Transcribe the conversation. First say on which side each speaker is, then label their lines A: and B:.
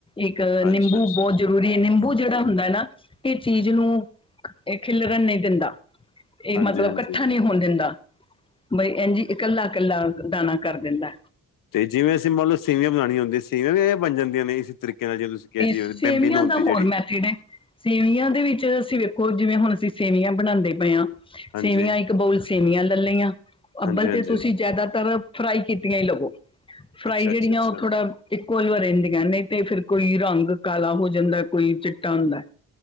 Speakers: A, on the left; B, on the left.
A: ਇੱਕ
B: ਹਾਂਜੀ-ਹਾਂਜੀ,
A: ਨਿੰਬੂ ਬਹੁਤ ਜ਼ਰੂਰੀ ਏ ਨਿੰਬੂ ਜਿਹੜਾ ਹੁੰਦਾ ਨਾ ਇਹ ਚੀਜ਼ ਨੂੰ ਖਿਲਰਣ ਨਹੀਂ ਦਿੰਦਾ। ਇਹ
B: ਹਾਂਜੀ-ਹਾਂਜੀ।
A: ਮਤਲਬ ਇਕੱਠਾ ਨਹੀਂ ਹੋਣ ਦਿੰਦਾ, ਬਈ ਇੰਝੀ ਇਕੱਲਾ ਇਕੱਲਾ ਦਾਣਾ ਕਰ ਦਿੰਦਾ।
B: ਤੇ ਜਿਵੇਂ ਅਸੀਂ ਮੰਨ ਲਓ ਸੇਵੀਆਂ ਬਣਾਣੀਆਂ ਹੁੰਦੀਆ ਸੀ। ਵੇ ਵੀ ਇਹ ਬਣ ਜਾਂਦੀਆਂ ਨੇ ਇਸੇ ਤਰੀਕੇ ਨਾਲ ਜਿਵੇਂ ਤੁਸੀਂ ਕਿਹਾ ਜੀ
A: ਇਸ
B: ਬੈਂਬੀਨੋ
A: ਸੇਵੀਆਂ
B: ਹੁੰਦੀ
A: ਦਾ ਹੋਰ
B: ਜਿਹੜੀ
A: ਮੈਥਡ ਹੈ, ਸੇਵੀਆਂ ਦੇ ਵਿੱਚ ਤੁਸੀਂ ਵੇਖੋ ਜਿਵੇਂ ਹੁਣ ਅਸੀਂ ਸੇਵੀਆਂ ਬਣਾਂਦੇ ਪਏ ਆ
B: ਹਾਂਜੀ।
A: ਸੇਵੀਆਂ ਇੱਕ ਬਾਊਲ ਸੇਵੀਆਂ ਲੈ ਲਈਆਂ, ਅੱਬਲ
B: ਹਾਂਜੀ-ਹਾਂਜੀ,
A: ਤੇ ਤੁਸੀਂ ਜਿਆਦਾਤਰ ਫਰਾਈ ਕੀਤੀਆਂ ਹੀ ਲਵੋ। ਫਰਾਈ
B: ਅੱਛਾ-ਅੱਛਾ-ਅੱਛਾ,
A: ਜਿਹੜੀਆਂ ਉਹ ਥੋੜਾ ਇੱਕੋ ਜੇ ਵਾਰ ਰਹਿੰਦੀਆਂ ਨੇ। ਤੇ ਫਿਰ ਕੋਈ ਰੰਗ ਕਾਲਾ ਹੋ ਜਾਂਦਾ, ਕੋਈ ਚਿੱਟਾ ਹੁੰਦਾ।